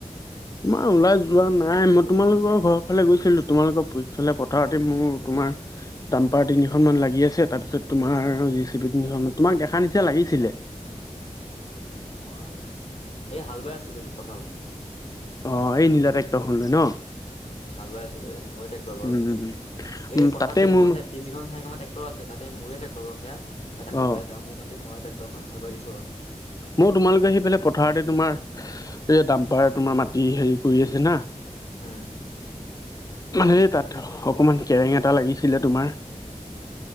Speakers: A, on the left; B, on the left.
A: তোমাৰ ওলাই যোৱা নাই, মই তোমালোকৰ ঘৰৰ ফালে গৈছিলো তোমালোকৰ পিছফালে পথাৰতে মোৰ তোমাৰ ডাম্পাৰ তিনিখনমান লাগি আছে তাৰপিছত তোমাৰ জেচিবি তিনিখনমান। তোমাক দেখা নিচনা লাগিছিলে।
B: অ মই এই হাল বাই আছিলো পথাৰত।
A: অঁ এই নীলা ট্ৰেক্টৰখনলৈ ন?
B: উম হাল বাই আছিলো মোৰে ট্ৰেক্টৰ বাৰু।
A: উম উম উম উম
B: এই পথাৰত
A: তাতে
B: তিনিখন
A: মোৰ
B: আছে তিনিখন চাৰিখন মান ট্ৰেক্টৰ আছে তাতে মোৰে ট্ৰেক্টৰ বাৰু সেয়া। তাতে হাল
A: অ'
B: বাই আছে অঁ মোৰ মাটি মই ট্ৰেক্টৰখন হাল বাই দিছো আৰু।
A: মোৰ তোমালোকৰ সেইফালে পথাৰতে তোমাৰ এই ডাম্পাৰ তোমাৰ মাটি হেৰি কৰি আছে না
B: উম
A: মানে এই তাত অকমান কেৰেং এটা লাগিছিলে তোমাৰ